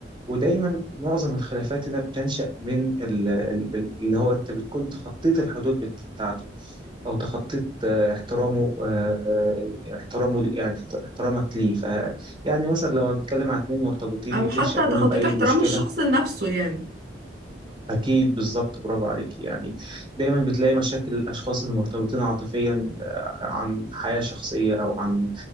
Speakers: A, on the right (about 30°); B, on the right (about 60°).
A: ودايما معظم الخلافات هنا بتنشأ من ال- ال- ال- اللي هو انت بتكون تخطيت الحدود بتاعته او تخطيت آه، احترامه آه، آه، احترامه لي- يعني احت- احترامك ليه ف يعني مثلا لو هنتكلم عن اتنين مرتبطين
B: او
A: بتنشأ
B: حتى
A: بينهم
B: تخطيت
A: اي
B: احترام
A: مشكلة
B: الشخص لنفسه يعني
A: أكيد بالظبط برافو عليك يعني دايما بتلاقي مشاكل الأشخاص المرتبطين عاطفيا آه، عن حياة شخصية أو عن